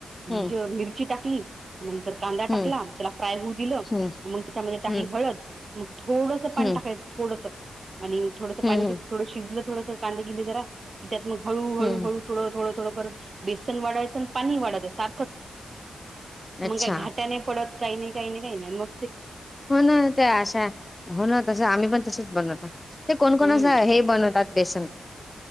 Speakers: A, on the left; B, on the right.
A: हम्म
B: ज मिरची टाकली, नंतर कांदा
A: हम्म
B: टाकला. त्याला फ्राय होऊ दिलं,
A: हम्म
B: मग त्याच्यामध्ये टाकली
A: हम्म
B: हळद. मग थोडस पाण
A: हम्म
B: टाक त्यात थोडस आणि थोडं
A: हम्म
B: पाणी
A: हम्म
B: थोडं शिजल थडस कांदे बिंदे जरा मग हळू हळू
A: हम्म
B: हळू थोडं थोडं थोडं करूत बेसन वाढायचं आणि पाणी वाढायचं सारखंच.
A: अच्छा
B: मग काही घाटा नाही पडत काही नाही काही नाही काही नाही मग
A: हो ना ते अशा. हो ना तसं आम्ही पण तसच बनवत. ते कोण
B: हम्म
A: कोण अस अ हे बणवतात बेसन.